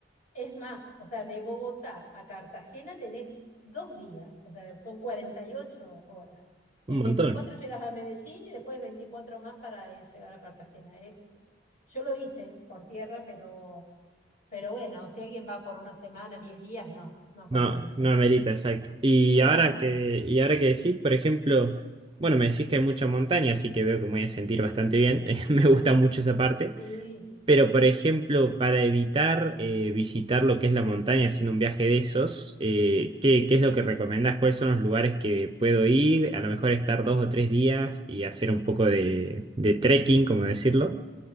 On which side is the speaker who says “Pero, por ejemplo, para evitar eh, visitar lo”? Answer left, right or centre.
Right